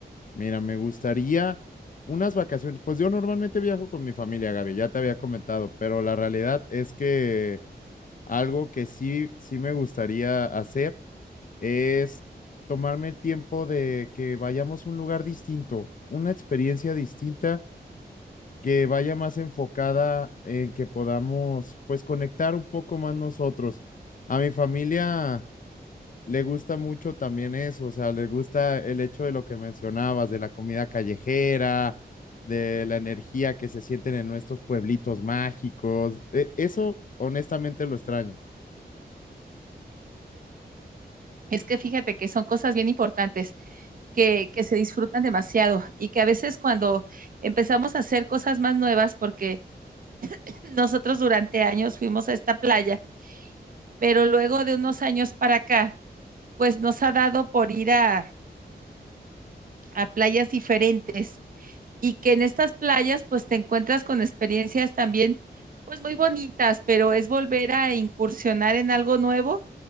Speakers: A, on the left; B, on the right.
A: Mira, me gustaría unas vacaciones. Pues yo normalmente viajo con mi familia, Gaby, ya te había comentado, pero la realidad es que algo que sí, sí me gustaría hacer es tomarme el tiempo de que vayamos a un lugar distinto, una experiencia distinta que vaya más enfocada en que podamos pues conectar un poco más nosotros. A mi familia le gusta mucho también eso, o sea, le gusta el hecho de lo que mencionabas, de la comida callejera, de la energía que se sienten en nuestros pueblitos mágicos. E- Eso honestamente lo extraño.
B: Es que fíjate que son cosas bien importantes, que, que se disfrutan demasiado y que a veces cuando empezamos a hacer cosas más nuevas, porque <laughs> nosotros durante años fuimos a esta playa, pero luego de unos años para acá, pues nos ha dado por ir a, a playas diferentes y que en estas playas pues te encuentras con experiencias también pues muy bonitas, pero es volver a incursionar en algo nuevo